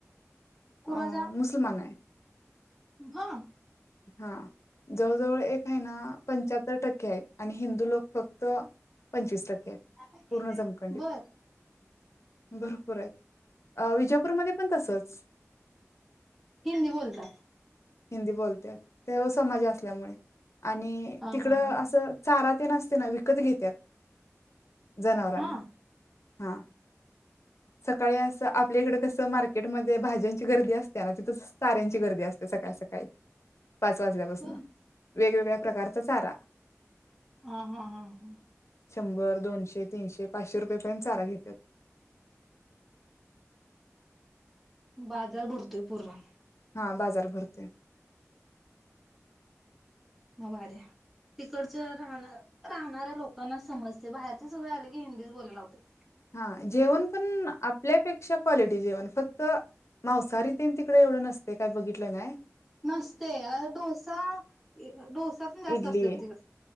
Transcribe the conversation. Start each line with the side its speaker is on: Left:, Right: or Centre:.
Centre: कुणाचा
Left: अ मुसलमान आहे.
Centre: हा
Left: हा जवळजवळ एक आहे ना पंच्याहत्तर टक्के आहेत. आणि हिंदू लोक फक्त पंचवीस टक्के. आहेत
Centre: <unintelligible>
Left: पूर्ण जमखंडीत
Centre: बर.
Left: भरपूर आहेत विजापूरमध्ये पण तसच.
Centre: हिंदी बोलतात.
Left: हिंदी बोलतत्यात <unintelligible> समाज असल्यामुळे. आणि
Centre: हा
Left: तिकडं
Centre: हा हा.
Left: असं चारा ते असतय ना विकत घेत्यात. जनावरांना.
Centre: हा
Left: हा सकाळी असं आपल्याकडे कसं मार्केटमध्ये भाज्यांची गर्दी असते ना तिथं स चाऱ्यांची गर्दी असते. सकाळी सकाळी पाच वाजल्यापासून
Centre: बर
Left: वेगवेगळ्या प्रकारचा चारा,
Centre: हा, हा, हा, हा.
Left: शंभर, दोनशे, तीनशे, पाचशे रुपयेपर्यंत चारा घेत्यात.
Centre: बाजार भरतोय पूर्--.
Left: हा बाजार भरतोय.
Centre: म भारीय. तिकडच राहणा राहणाऱ्या लोकांना समजतय, बाहेरचे सगळे आले की हिंदीच बोलायला लावत्यात.
Left: हा जेवण पण आपल्या पेक्षा क्वालिटी जेवण फक्त मांसाहारी ते न तिकडे एवढं नसतय, काय बघितलं नाय,
Centre: नसते अ डोसा, इ डोसा पण जास्त
Left: इडली
Centre: असतो ब तिकड